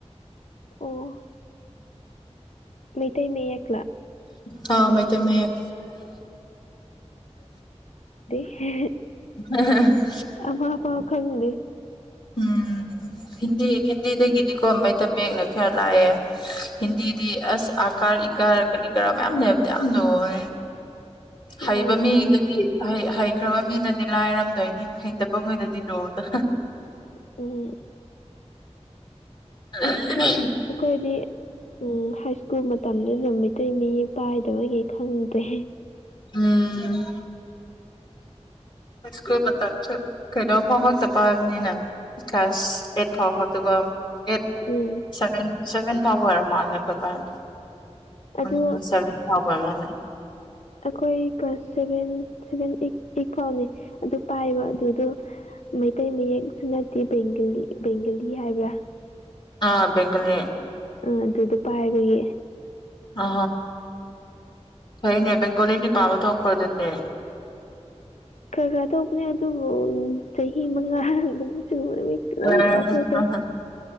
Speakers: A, on the left; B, on the left.
A: ꯑꯣ ꯃꯩꯇꯩ ꯃ ꯌꯥ ꯀꯂ
B: ꯑ ꯃꯥꯏ ꯇꯃꯦ
A: ꯎꯝ
B: ꯍ
A: ꯑꯃ ꯄꯥꯎ ꯈꯪꯗꯦ
B: ꯎꯝ ꯍꯤꯟꯗꯤ ꯍꯤꯟꯗꯤꯗꯒꯤꯗꯤꯀꯣ ꯃꯩ ꯇꯃꯦꯌꯦꯛꯅ ꯈꯌꯥ ꯂꯥꯛꯑꯦ ꯍꯤꯟꯗꯤꯗꯤ ꯑꯁ ꯀꯥꯔ ꯏꯀꯥꯔ ꯀꯔꯤ ꯀꯔꯥ ꯃꯌꯥꯝꯅꯦꯕꯗꯤ ꯌꯥꯝ ꯂꯣꯦ
A: ꯎꯝ
B: ꯍꯩꯕ ꯃꯤꯗꯗꯤ ꯍꯩꯈ꯭ꯔꯕ ꯃꯤꯅꯗꯤ ꯂꯥꯏꯔꯝꯗꯣꯏꯅꯤ ꯍꯩꯇꯕꯈꯣꯏꯗꯗꯤ ꯂꯣꯗ
A: ꯎꯝ
B: ꯑ
A: ꯑꯩꯈꯣꯏꯗꯤ ꯎꯝ ꯍꯥꯏ ꯁ꯭ꯀꯨꯜ ꯃꯇꯝꯗꯨꯗ ꯃꯩꯇꯩ ꯃꯤ ꯄꯥꯏꯗꯕꯒꯤ ꯈꯪꯗꯦ
B: ꯎꯝ ꯁ꯭ꯀꯨꯜ ꯃꯇꯝꯁꯨ ꯀꯩꯅꯣꯝꯐ ꯍꯣꯡ ꯆ ꯄꯥꯏꯕꯅꯤꯅ ꯀ꯭ꯂꯥꯁ ꯑꯦꯠ ꯐꯥꯎ ꯐꯕꯗ ꯀꯝ ꯑꯦꯠ
A: ꯎꯝ
B: ꯁꯚꯦꯟ ꯁꯚꯦꯟ ꯐꯥꯎꯕ ꯑꯣꯏꯔꯝ ꯃꯥꯜꯂꯦ ꯑꯩꯈꯣꯏ ꯄꯥꯏꯜꯗ
A: ꯑꯗꯨ
B: ꯎꯝ ꯁꯚꯦꯟ ꯊꯥꯎꯕꯅꯦ
A: ꯑꯩꯈꯣꯏ ꯀ꯭ꯂꯥꯁ ꯁꯚꯦꯟ ꯁꯚꯦꯟ ꯑꯩ ꯐꯥꯎꯅꯦ ꯑꯗꯨ ꯄꯥꯏꯕ ꯑꯗꯨꯗꯣ ꯃꯩꯇꯩ ꯃꯌꯦꯛꯁꯨꯅꯗꯤꯦ ꯕꯦꯡꯒꯂꯤ ꯕꯦꯡꯒꯂꯤ ꯍꯥꯏꯕ꯭ꯔꯥ
B: ꯑꯥ ꯕꯒꯂꯤ
A: ꯑ ꯑꯗꯨꯗꯣ ꯄꯥꯏꯕꯒꯤ
B: ꯑ ꯊꯩꯅꯦ ꯦꯡꯒꯣꯂꯤꯗꯤ ꯄꯥꯕ ꯊ ꯈꯔꯗꯦ
A: ꯈꯔ ꯈꯔ ꯇꯧꯕꯅꯦ ꯑꯗꯨꯕꯨ ꯆꯍꯤ ꯃꯉꯥꯒꯨꯝꯕ ꯁꯨꯕꯗ ꯂꯣꯏ
B: ꯍ
A: ꯀꯥꯎꯊꯣꯛꯈ꯭ꯔꯦ
B: ꯍ